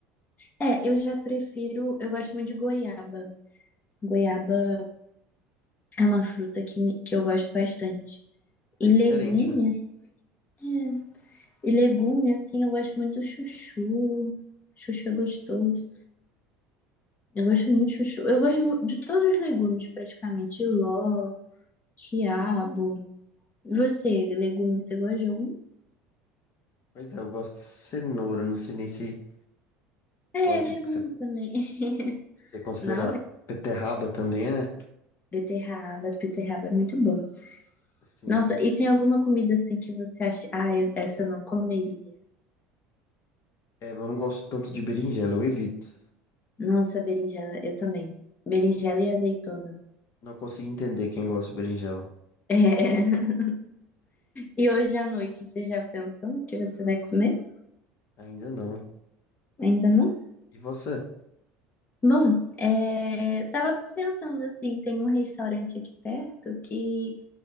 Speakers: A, on the left; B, on the left.
A: É, eu já prefiro. Eu gosto muito de goiaba. Goiaba é uma fruta que, me- que eu gosto bastante.
B: É
A: E legume,
B: diferente, né?
A: é, e legume, assim, eu gosto muito do chuchu. Chuchu é gostoso. Eu gosto muito de chuchu. Eu gosto mu- de todos os legumes, praticamente. Ló, quiabo. E Você, legume, você gosta de algum?
B: Pois é, eu gosto de cenoura, não sei nem se
A: É,
B: Pode
A: legume
B: ser,
A: também. <laughs>
B: ser considerado.
A: Não, é
B: Beterraba também é?
A: beterraba, beterraba é muito bom.
B: Sim.
A: Nossa, e tem alguma comida assim que você acha, ah, eu- essa eu não comeria.
B: É, eu não gosto tanto de berinjela, eu evito.
A: Nossa, berinjela, eu também. Berinjela e azeitona.
B: Não consigo entender quem gosta de berinjela.
A: <laughs> É. E hoje à noite, você já pensou no que você vai comer?
B: Ainda não.
A: Ainda não?
B: E você?
A: Bom, é, tava pensando assim, tem um restaurante aqui perto que